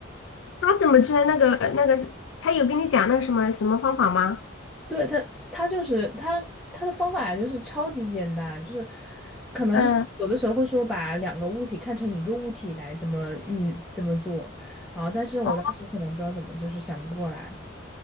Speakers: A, on the left; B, in the centre.
A: 他怎么知道那个那个？他有跟你讲那个什么什么方法吗？
B: 对他，他就是他他的方法就是超级简单，就是可能就是有的时候会说把两个物体看成一个物体来怎么运怎么做，
A: 嗯，
B: 然后但是我当时可能不知道怎么就是想不过来。
A: 哦，